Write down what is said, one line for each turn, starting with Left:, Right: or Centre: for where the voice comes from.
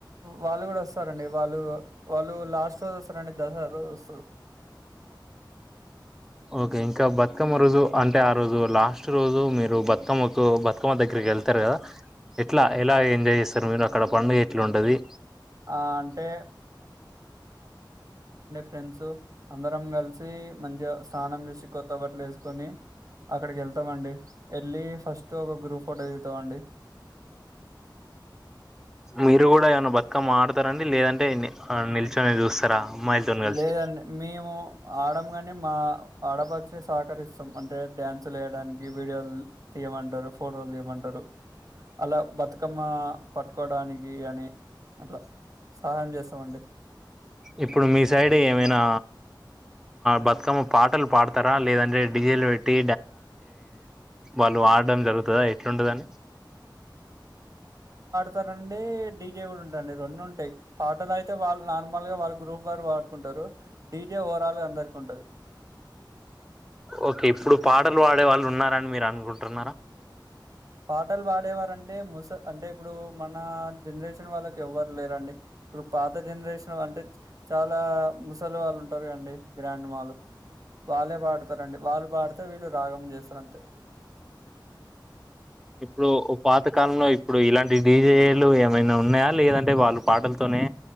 Right: వాళ్ళు కూడా వస్తారండి వాళ్ళు వాళ్ళు లాస్ట్ రోజు వస్తారండి దసరా రోజు వస్తారు
Centre: ఓకే ఇంకా బతుకమ్మ రోజు అంటే ఆ రోజు లాస్ట్ రోజు మీరు బతుకమ్మకు బతుకమ్మ దగ్గరికి వెళ్తారు కదా ఎట్లా ఎలా ఎంజాయ్ చేస్తారు మీరు అక్కడ పండుగ ఎట్లాండది
Right: ఆ అంటే ఫ్రెసో అందరం కలిసి మంచి స్నానం చేసి కొత్త బట్టలు వేసుకొని అక్కడికి వెళ్తామ అండి వెళ్ళి ఫస్ట్ ఒక గ్రూప్ ఫోటో చిదుతామ అండి
Centre: మీరు కూడా ఏమన్న బక్క మాడతారండి లేదంటే నిల్చొని చూస్తారా అమ్మాయిలతో కలిసి
Right: లేదండి మేము ఆడ కాని మా ఆడపచి సహకరిస్తాం అంటే డ్యాన్సులు వయడానికి వీడియోలు తీయమంటారు ఫోటోలు తీయమంటారు అలా బతుకమ్మ పట్టుకోడానికి అని అట్లా సహాయం చేస్తామండి
Centre: ఇప్పుడు మీ సైడ్ ఏమైనా బతుకమ్మ పాటలు పాడతారా లేదంటే డిజిలు పెట్టి వాళ్ళు ఆడడం జరుగుతుందా ఎట్లుంటదని
Right: తారండి డీజే కూడా ఉంటాడి రెండు ఉంటాయి పాటలు అయితే వాళ్ళు నార్మల్ గా వాళ్ళ గ్రూప్ వారు పాడుకుంటారు డీజే ఓవరాల్గా అందరికి ఉంటుది
Centre: ఓకే ఇప్పుడు పాటలు పాడే వాళ్ళు ఉన్నారని మీరు అనుకుంటున్నారా
Right: పాటలు పాడేవారంటే ముస అంటే ఇప్పుడు మన జనరేషన్ వాళ్ళకి ఎవ్వరు లేరండి ఇప్పుడు పాత జనరేషన్ అంటే చాలా ముసలి వాళ్ళు ఉంటారు అండి గ్రాంండడ్మాళు వాళ్ళే పాడుతారండి వాళ్ళు పాడితే వీళ్ళు రాగం చేస్తారు అంతే
Centre: ఇప్పుడు పాత కాలంలో ఇప్పుడు ఇలాంటి డీజేలు ఏమైనా ఉన్నాయా లేదంటే వాళ్ళు పాటలతోనే